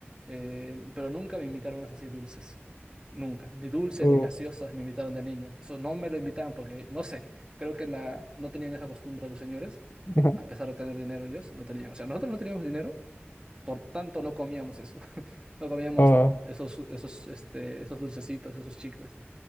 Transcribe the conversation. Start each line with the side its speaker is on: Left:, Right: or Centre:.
Right: eh, pero nunca me invitaron eso así dulces. Nunca, ni dulces
Left: uh,
Right: ni gaseosas me invitaron de niño. Eso no me lo invitaban porque, no sé, creo que la, no tenían esa costumbre los señores,
Left: ajá,
Right: a pesar de tener dinero ellos, no tenían. O sea, nosotros no teníamos dinero, por tanto, no comíamos eso. <laughs> No comíamos
Left: ah.
Right: esos, esos, este, esos dulcecitos, esos chicles.